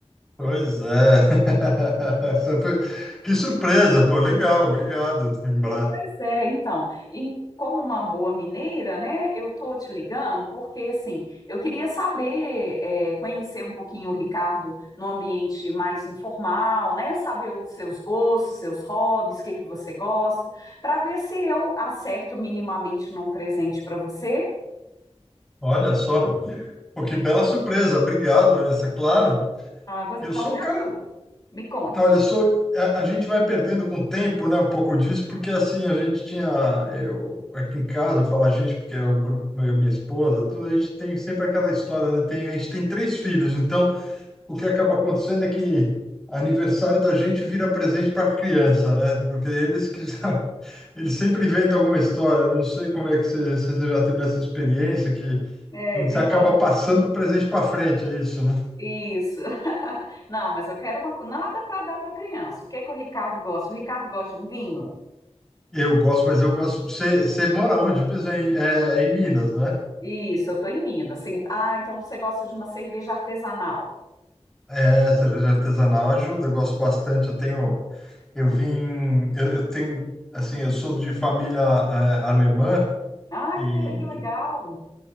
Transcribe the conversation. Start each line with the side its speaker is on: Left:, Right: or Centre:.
Centre: Pois é. <laughs> Essa foi- Que surpresa, pô, legal, obrigado, lembrar.
Left: Mas, Pois é, então, em- como uma boa mineira, né, eu tô te ligando porque, assim, eu queria saber, é, conhecer um pouquinho o Ricardo num ambiente mais informal, né, saber os seus gostos, seus hobbies, o que que você gosta, para ver se eu acerto minimamente num presente para você.
Centre: Olha só, pô, que bela surpresa, obrigado, Vanessa, claro.
Left: Ah, vo-
Centre: Eu
Left: então
Centre: sou
Left: me
Centre: um
Left: ajude,
Centre: cara,
Left: me conte.
Centre: olha, eu sou, a, a gente vai perdendo com o tempo, né, um pouco disso, porque assim, a gente tinha, eu, aqui em casa, eu falo a gente, porque é o grupo, eu, minha esposa, tudo, a gente tem sempre aquela história, né, tem, a gente tem três filhos, então, o que acaba acontecendo é que aniversário da gente vira presente para a criança, né? Porque eles que já- <laughs> eles sempre inventam alguma história. Não sei como é que você, se você já teve essa experiência que
Left: É
Centre: onde
Left: verdade.
Centre: você acaba passando presente para frente, é isso, né?
Left: Isso. <laughs> Não, mas eu quero uma, co- nada para dar para criança. O que que o Ricardo gosta? O Ricardo gosta de um vinho?
Centre: Eu gosto, mas eu gosto. Você, você mora onde? Mesmo É em, é, é em Minas, né?
Left: Isso, eu estou em Minas. Sim. Ah, então você gosta de uma cerveja artesanal.
Centre: É, cerveja artesanal ajuda, eu gosto bastante. Eu tenho, eu vim, eu, eu tenho, assim, eu sou de família eh, alemã.
Left: Ah,
Centre: E
Left: que, de- que legal.